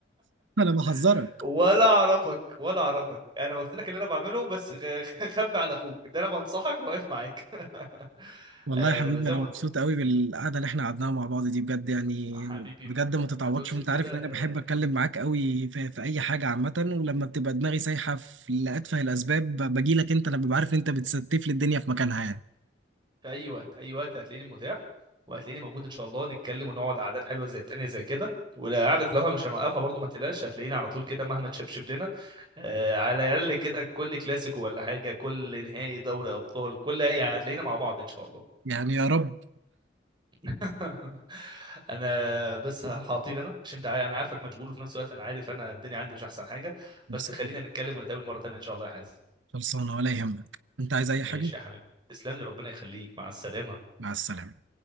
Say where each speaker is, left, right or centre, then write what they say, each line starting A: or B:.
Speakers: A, on the right; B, on the right.
A: انا بحذرك
B: <laughs> ولا اعرفك ولا اعرفك انا قلت لك اللي انا بعمله بس غ- <laughs> خبي على اخوك ده انا بنصحك واقف معاك <laughs>
A: والله
B: آه
A: يا حبيبي
B: زي
A: انا
B: ما
A: مبسوط
B: قلت
A: قوي بالقعده اللي احنا قعدناها مع بعض دي بجد يعني
B: حبيبي
A: بجد
B: ما
A: ما تتعوضش
B: ما تقولش
A: وانت
B: كده
A: عارف ان انا
B: آه،
A: بحب اتكلم معاك قوي في, في اي حاجه عامه ولما بتبقى دماغي سايحه في لاتفه الاسباب باجي لك انت انا ببقى عارف انت بتستف لي الدنيا في مكانها يعني
B: في اي وقت اي وقت هتلاقيني متاح وهتلاقيني موجود ان شاء الله نتكلم ونقعد قعدات حلوه زي التانية زي كده وقعدة لوحة مش هنوقفها برضو ما تقلقش هتلاقيني على طول كده مهما تشبشب لنا آه على الاقل كده كل كلاسيكو ولا حاجه كل نهائي دوري ابطال كل اي هتلاقينا مع بعض ان شاء الله
A: يعني يا رب
B: <laughs> انا بس هطير انا عشان انت عارف- انا عارفك مشغول وفي نفس الوقت انا عارف انا الدنيا عندي مش احسن حاجه
A: خلصانه
B: بس خلينا نتكلم ونتقابل مره تانية ان شاء الله يا حازم
A: خلصانة، ولا يهمك انت عايز اي
B: ماشي
A: حاجه
B: يا حبيبي تسلم لي ربنا يخليك مع السلامه
A: مع السلامه